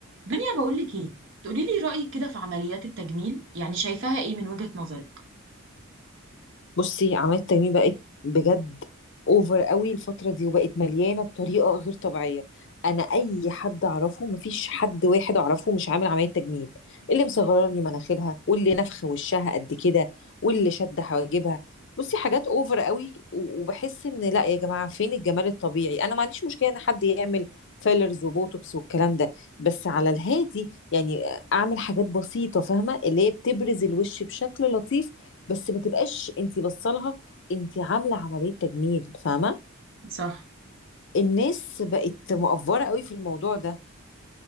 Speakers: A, on the right; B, on the left.
A: دنيا بقول لك ايه تقولي لي رأيك كده في عمليات التجميل يعني شايفاها ايه من وجهة نظرك
B: بصي عملية التجميل بقت بجد اوفر قوي الفترة دي وبقت مليانة بطريقة غير طبيعية انا اي حد اعرفه مفيش حد واحد اعرفه مش عامل عملية تجميل اللي مصغره لي مناخيرها واللي نفخ وشها قد كده واللي شد حواجبها بصي حاجات اوفر قوي و- وبحس ان لا يا جماعة فين الجمال الطبيعي انا ما عنديش مشكلة ان حد يعمل فيلرز وبوتوكس والكلام ده بس على الهادي يعني اعمل حاجات بسيطة فاهمة اللي هي بتبرز الوش بشكل لطيف بس ما تبقاش انت بصلها انت عامله عمليه تجميل فاهمه
A: صح
B: الناس بقت مقفوره قوي في الموضوع ده